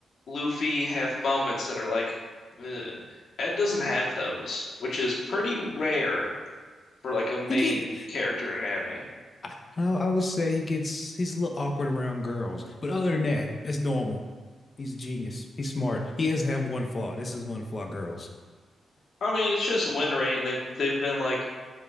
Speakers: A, on the left; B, on the left.
A: Luffy have moments that are like, Ugh. Ed doesn't have those, which is pretty rare for like a main
B: He get
A: character in an anime.
B: I, I would say he gets he's a little awkward around girls, but other than that, it's normal. He's a genius. He's smart. He has to have one flaw. This is one flaw, girls.
A: I mean, it's just Winry, and they've they've been like